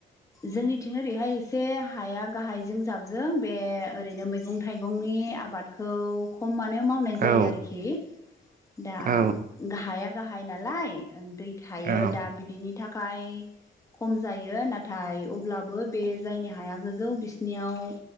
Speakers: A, on the left; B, on the right.
A: जोंनिथिं ओरैहाय एसे हाया गाहायजों जाबजों बे ओरैनो मैगं थाइगंनि आबादखौ खमानो मावनाय जायो
B: औ
A: आरोखि दा
B: औ
A: गाहाया गाहाय नालाय दै थायो
B: औ
A: दा बिदिनि थाखाय खाय खम जायो नाथाय अब्लाबो बे जायनि हाया गोजौ बिसिनियाव